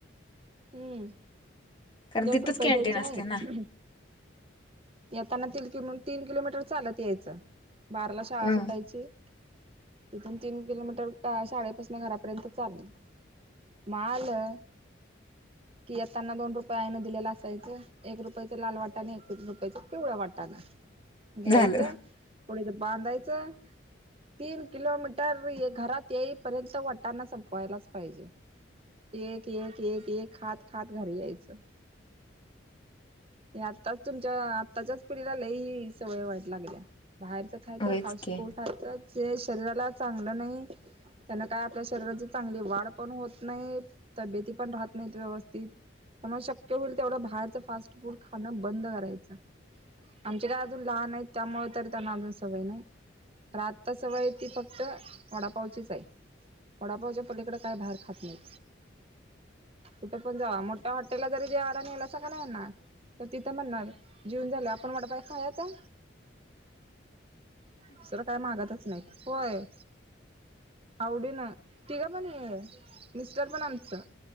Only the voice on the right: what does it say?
हम्म
दोन
रुपये
द्यायचे आहे
येताना तीन किल, तीन किलोमीटर चालत यायचं, बाराला शाळा
सुटायची. तिथून तीन किलोमीटर त्या शाळेपासून घरापर्यंत चालत. मग आलं कि येताना दोन रुपये आईने दिलेले असायचं, एक रुपयच लाल वाटाणे आणि एक रुपय च पिवळा वाटाणा घ्यायचं
पिढीत बांधायचं तीन किलोमीटर घरात येईपर्यंत वाटाणा संपवायलाच पाहिजे. एक एक एक एक खात खात घरी यायचं. हे आताच तुमच्या आत्ताच्याच पिढीला लई सवय वाईट लागल्या, बाहेरचं खायचं,
फास्ट
फूड खायचं, जे शरीराला चांगलं नाही त्यांना काय आपल्या शरीराची चांगली वाढ पण होत नाही, तब्येती पण राहत नाहीत व्यवस्थित. त्यामुळे शक्य होईल तेवढं बाहेरचं फास्ट फूड खाणं बंद करायचं. आमचे काय अजून लहान आहेत, त्यामुळे तरी त्यांना अजून काय सवय नाही. अन् आता सवय ती फक्त वडापावचीच आहे. वडापावच्या पलीकडे काय बाहेर खात नाहीत. कुठे पण जावा, मोठ्या हॉटेलला जरी जेवायला नेलस का नाही यांना तर तिथं म्हणणार जेवून झाल्यावर आपण वडपाव खायाचा? दुसरं काय मागतच नाहीत. होय. आवडीनं तिघं पण हे मिस्टर पण आमचं.